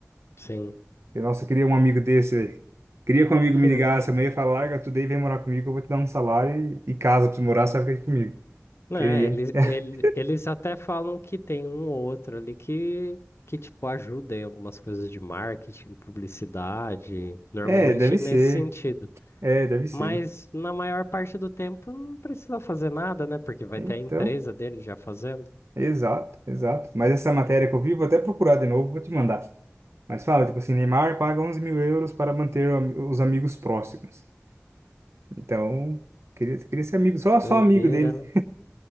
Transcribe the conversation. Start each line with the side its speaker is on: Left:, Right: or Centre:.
Left: Sim.
Right: Falei, Nossa, eu queria um amigo desse, velho. Queria que um amigo
Left: <laughs>
Right: me ligasse amanhã e falasse, larga tudo aí, vem morar comigo, eu vou te dar um salário e, e casa pra você morar, você vai ficar aqui comigo.
Left: Né,
Right: Queria,
Left: eles,
Right: hein? <laughs>
Left: ele- eles até falam que tem um ou outro ali que, que tipo, ajuda em algumas coisas de marketing, publicidade, normalmente
Right: É, deve
Left: nesse
Right: ser.
Left: sentido.
Right: É, deve ser.
Left: Mas na maior parte do tempo não precisa fazer nada, né? Porque vai
Right: Então,
Left: ter a empresa dele já fazendo.
Right: exato, exato. Mas essa matéria que eu vi, vou até procurar de novo, vou te mandar. Mas fala, tipo assim, Neymar paga 11 mil euros para manter o am- os amigos próximos. Então, queria, queria ser amigo, só, só
Left: Doideira,
Right: amigo dele.
Left: né?